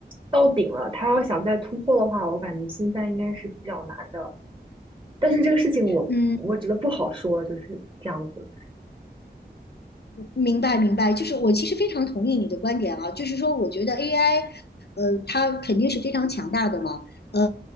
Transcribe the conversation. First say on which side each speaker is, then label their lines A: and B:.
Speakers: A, on the right (about 30°); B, on the left (about 65°).
A: 到顶了，他要想再突破的话，我感觉现在应该是比较难的。但是这个事情我我觉得不好说，
B: 嗯，
A: 就是这样子。
B: 明白明白，就是我其实非常同意你的观点啊，就是说我觉得 AI，呃，它肯定是非常强大的嘛。呃。